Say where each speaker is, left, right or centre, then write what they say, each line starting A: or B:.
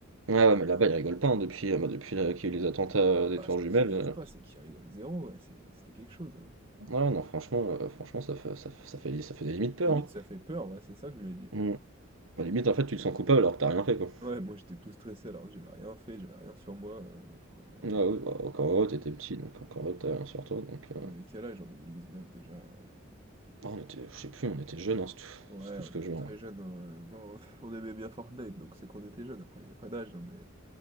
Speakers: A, on the right; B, on the right.
A: Ouais, ouais, mais là-bas, ils rigolent pas hein, depuis, euh, bah, depuis euh, qu'il y a eu les attentats euh, des
B: Ah,
A: tours
B: c'est pas
A: jumelles.
B: qu'ils rigolent
A: euh.
B: pas, c'est qu'ils rigolent zéro, ouais, c'est- c'était quelque chose. hein.
A: Ouais, ouais, non, franchement, euh, franchement, ça fait, ça, fait, ça fait ça fait des limites peur.
B: Limite,
A: Hein.
B: ça fait peur, ouais, c'est ça que je me dis.
A: Mm. Bah, limite, en fait, tu te sens coupable alors que t'as rien fait, quoi.
B: Ouais, moi j'étais tout stressé alors que j'avais rien fait, j'avais rien sur moi. euh, Enfin, voilà.
A: Ah oui, bah, encore heureux, t'étais petit, donc encore heureux que t'as rien sur toi. Donc,
B: On
A: euh,
B: avait quel âge en 2019 déjà? euh?
A: ah, on était, je sais plus, on était jeunes, hein, c'est tout,
B: Ouais,
A: c'est tout
B: on
A: ce que
B: était
A: je vois.
B: très jeunes, hein, heu, bon, <laughs> on aimait bien Fortnite, donc c'est qu'on était jeunes, après il y a pas d'âge, hein, mais